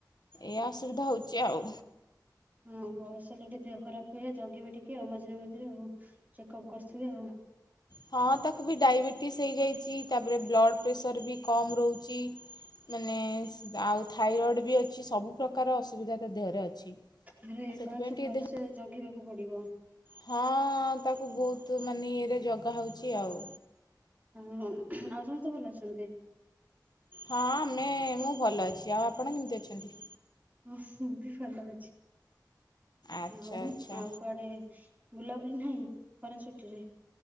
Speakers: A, on the left; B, on the right.
A: ଏଆ ଅସୁବିଧା ହଉଛି ଆଉ।
B: ହଁ ବୟସ ହେଲେ ଟିକେ ଦେହ ଖରାପ ହୁଏ ଜଗିବେ ଟିକେ ମଝିରେ ମଝିରେ ଆଉ ଚେକ ଅପ୍ କରୁଥିବେ ଆଉ।
A: ହଁ ତାକୁ ବି ଡାଇବେଟିସ୍ ହେଇଯାଇଛି ତା ପରେ ବ୍ଲଡ଼ ପ୍ରେସର ବି କମ୍ ରହୁଛି। ମାନେ ଆଉ ଥାଇରଏଡ଼୍ ବି ଅଛି ସବୁ ପ୍ରକାର ଅସୁବିଧା ତା ଦେହରେ ଅଛି।
B: ଆରେ
A: ଆଉ ସେଥିପାଇଁ
B: ତାହେଲେ ତ
A: ଟିକେ
B: ଭଲସେ
A: ଦେହ
B: ଜଗିବାକୁ ପଡିବ।
A: ହଁ ତାକୁ ବହୁତ ମାନେ ଇଏରେ ଜଗା ହେଉଛି ଆଉ।
B: ଉଁହଁ ଆଉ ସମସ୍ତେ ଭଲ ଅଛନ୍ତି?
A: ହଁ ଆମେ ମୁଁ ଭଲ ଅଛି, ଆଉ ଆପଣ କେମିତି ଅଛନ୍ତି?
B: ହଁ ମୁ ବି ଭଲ ଅଛି
A: ଆଚ୍ଛା
B: ଆଉ ଆଉ
A: ଆଚ୍ଛା।
B: କୁଆଡେ? ବୁଲାବୁଲି ନାହିଁ ଖରା ଛୁଟି ରେ?